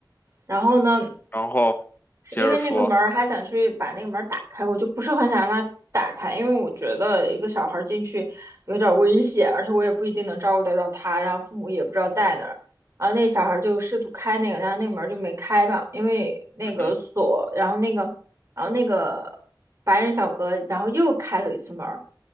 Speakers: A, on the right (about 40°); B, on the left (about 25°).
A: 然后呢。
B: 然后接着说，
A: 因为那个门儿还想去把那个门儿打开，我就不是很想让他打开，因为我觉得一个小孩儿进去有点儿危险，而且我也不一定能照顾得到他，然后父母也不知道在哪儿。然后那小孩儿就试图开那个，然后那个门儿就没开吧，因为那个锁，
B: 嗯哼，
A: 然后那个，然后那个白人小哥，然后又开了一次门儿，